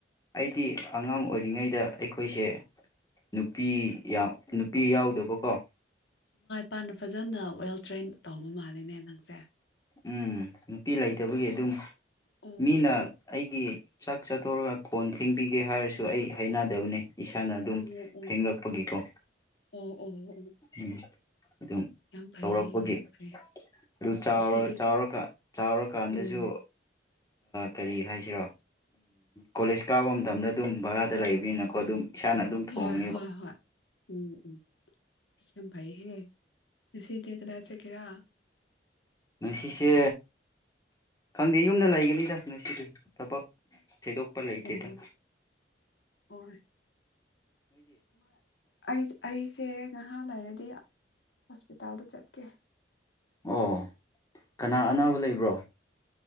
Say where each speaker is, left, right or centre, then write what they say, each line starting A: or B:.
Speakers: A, on the left (about 20°); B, on the left (about 85°).
A: ꯑꯩꯗꯤ ꯑꯉꯥꯡ ꯑꯣꯏꯔꯤꯉꯩꯗ ꯑꯩꯈꯣꯏꯁꯦ ꯅꯨꯄꯤ ꯌꯥꯝ ꯅꯨꯄꯤ ꯌꯥꯎꯗꯕꯀꯣ
B: ꯄꯥꯅ ꯐꯖꯅ ꯋꯦꯜ ꯇ꯭ꯔꯦꯟ ꯇꯧꯕ ꯃꯥꯂꯦꯅꯦ ꯅꯪꯁꯦ
A: ꯎꯝ ꯅꯨꯄꯤ ꯂꯩꯇꯕꯒꯤ ꯑꯗꯨꯝ
B: ꯑꯣ
A: ꯃꯤꯅ
B: ꯑꯣ
A: ꯑꯩꯒꯤ ꯆꯥꯛ ꯆꯥꯊꯧꯣꯔꯒ ꯈꯣꯟ ꯊꯦꯡꯕꯤꯒꯦ ꯍꯥꯏꯔꯁꯨ ꯑꯩ ꯍꯩꯅꯗꯕꯅꯤ ꯏꯁꯥꯅ ꯑꯗꯨꯝ
B: ꯑꯣ ꯑꯣ
A: ꯐꯦꯡꯂꯛꯄꯒꯤꯀꯣ
B: ꯑꯣ ꯑꯣ ꯑꯣ
A: ꯎꯝ ꯑꯗꯨꯝ
B: ꯌꯥꯝ ꯐꯩꯌꯦ
A: ꯇꯧꯔꯛꯄꯒꯤ
B: ꯌꯥꯝ ꯐꯩꯌꯦ
A: ꯑꯗꯨ ꯆꯥꯎ
B: ꯉꯁꯤꯗꯤ
A: ꯆꯥꯎꯔꯀꯥꯟ
B: ꯈꯤ-
A: ꯆꯥꯎꯔꯀꯥꯟꯗꯁꯨ
B: ꯎꯝ
A: ꯀꯔꯤ ꯍꯥꯏꯁꯤꯔꯣ ꯀꯣꯂꯦꯖ ꯀꯥꯕ ꯃꯇꯝꯗ ꯑꯗꯨꯝ ꯚꯔꯥꯗ ꯂꯩꯕꯅꯤꯅꯀꯣ ꯑꯗꯨꯝ ꯏꯁꯥꯅ ꯑꯗꯨꯝ ꯊꯣꯡꯉꯦꯕ
B: ꯍꯣꯏ ꯍꯣꯏ ꯍꯣꯏ ꯎꯝ ꯎꯝ ꯌꯥꯝ ꯐꯥꯏꯍꯦ ꯉꯁꯤꯗꯤ ꯀꯗꯥꯏ ꯆꯠꯀꯦꯔꯥ
A: ꯉꯁꯤꯁꯦ ꯈꯪꯗꯦ ꯌꯨꯝꯗ ꯂꯩꯒꯅꯤꯗ ꯉꯁꯤꯗꯤ ꯊꯕꯛ ꯊꯗꯣꯛꯄ ꯂꯣꯏꯇ
B: ꯑꯣ
A: ꯇ
B: ꯍꯣꯏ ꯑꯩꯁꯦ ꯉꯥꯏꯍꯥ ꯂꯩꯔꯗꯤ ꯍꯣꯁꯄꯤꯇꯥꯜꯗ ꯆꯠꯀꯦ
A: ꯑꯣ ꯀꯅꯥ
B: ꯇꯧꯒꯦ
A: ꯑꯅꯥꯕ ꯂꯩꯕ꯭ꯔꯣ